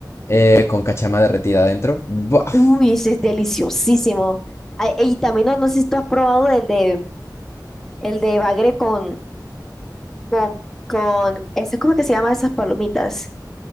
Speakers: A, on the left; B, in the centre.
A: eh, con cachama derretida adentro. Buf.
B: Uy, ese es deliciosísimo. Ay, y también no, no sé si tú has probado el de el de bagre con con con eso ¿cómo es como que se llama esas palomitas,